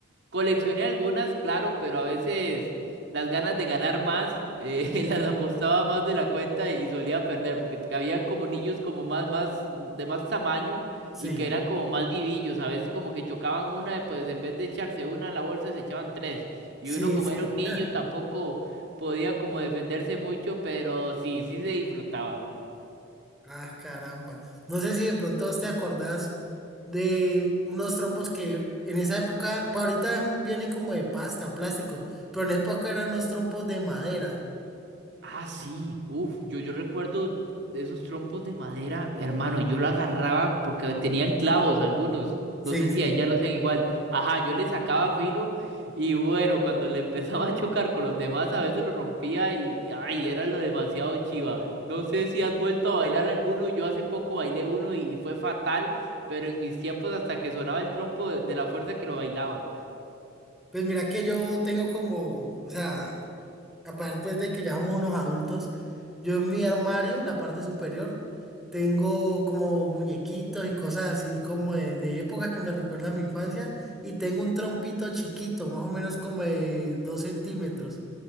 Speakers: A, on the right; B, in the centre.
A: coleccioné algunas, claro, pero a veces las ganas de ganar más, eh, <laughs> las apostaba más de la cuenta y solía perder, porque t- habían como niños como más, más, de más tamaño
B: Sí,
A: y que eran como más vivillos. A veces como que chocaban una, y pues en vez de echarse una en la bolsa, se echaban tres. Y
B: sí,
A: uno como
B: sí.
A: era un niño
B: <laughs>
A: tampoco podía como defenderse mucho, pero sí, sí se disfrutaba.
B: Ah, caramba. No sé si de pronto vos te acordás de unos trompos que en esa época, pues ahorita vienen como de pasta, plásticos, pero en esa época eran unos trompos de madera.
A: Ah, sí, uf, yo, yo recuerdo de esos trompos de madera, hermano, y yo lo agarraba porque tenían clavos algunos,
B: Sí,
A: no sé
B: sí.
A: si allá lo hacían igual, ajá, yo le sacaba filo y bueno, cuando le <laughs> empezaba a chocar con los demás a veces lo rompía y y, ay, era lo demasiado chiva, no sé si has vuelto a bailar alguno, yo hace poco bailé uno y fue fatal, pero en mis tiempos hasta que sonaba el trompo de, de la fuerza que lo bailaba.
B: Pues mira que yo tengo como, o sea, aparte pues de que ya somos unos adultos, yo en mi armario, la parte superior, tengo como muñequitos y cosas así como de, de época que me recuerda a mi infancia y tengo un trompito chiquito, más o menos como de dos centímetros,